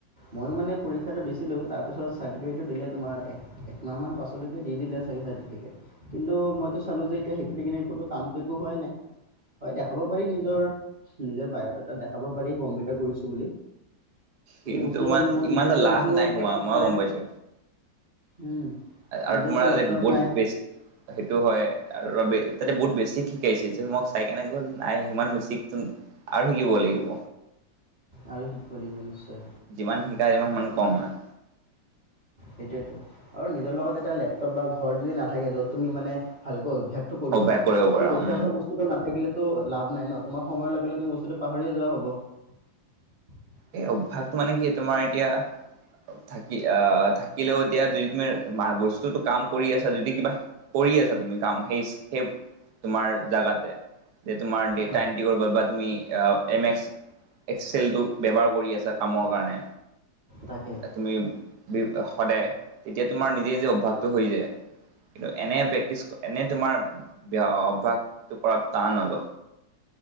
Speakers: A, on the right; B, on the right.
A: ময়ো মানে পৰীক্ষাটো দিছিলোঁ তাৰপিছত চাৰ্টিফিকেটটো দিলে তোমাৰ একমাহমান পাছলৈকে দি দিলে চাগে কিন্তু মইটো চালো যে এতিয়া সেইটো দিকেনে কামটো একো হোৱাই নাই। হয় দেখাব পাৰি নিজৰ নিজৰ বায়'ডেটাত দেখাব পাৰি কম্পিউটাৰ কৰিছো বুলি।
B: কিন্তু
A: বস্তুটো
B: ম
A: হ'ল যে মই
B: ইমানতা
A: নিজেতো
B: লাভ
A: একো
B: নাই
A: প্ৰেক্টিচ
B: হোৱা মই
A: কৰাই
B: গম
A: নাই
B: পাইছো।
A: উম,
B: আৰু
A: নিজৰতো
B: তোমাৰ আজি
A: লেপটপ
B: বহুত
A: নাই
B: বেছি সেইটো হয় আৰু তাতে বহুত বেছিক শিকাইছে যে মক চাই কেনে গ'ল, নাই ইমান বেছিক সোন আৰু শিকিব লাগিব।
A: আৰু শিকিব লাগিব নিশ্চয়।
B: যিমান শিকা যিমান, সিমান কম হয়।
A: সেইটোৱেটো আৰু নিজৰ লগত এটা লেপটপ বা ঘৰত যদি নাথাকে য'ত তুমি মানে ভালকৈ অভ্যাস। ত কৰিব
B: অভ্যাস
A: পাৰা।
B: পৰা
A: সেই অভ্যাসৰ
B: উম
A: বস্তুটো নাথাকিলে। লাভ নাই ন। তোমাৰ সময়ৰ লগে লগে তুমি বস্তুটো পাহৰিয়ে যোৱা হ'ব।
B: এ অভ্যাসটো মানে কি তোমাৰ এতিয়া। থাকি আ থাকিলেও এতিয়া যদি তুমি মা ৰ বস্তুতো কাম কৰি আছা। যদি কিবা কৰি। কি আছা তুমি কাম, সেইচ সেই তোমাৰ জাগাতে <unintelligible> যে তোমাৰ ডেটা
A: হয়
B: এণ্টি কৰিব বা তুমি এম এক্স এক্সেলটো ব্যৱহাৰ কৰি আছা কামৰ কাৰণে।
A: তাকে
B: তুমি সদায় তেতিয়া তোমাৰ নিজে নিজে অভ্যাসটো হৈ যায়। কিন্তু এনে প্ৰেক্টিচ এনে তোমাৰ বেয়া অভ্যাসটো কৰাটো টান হলও।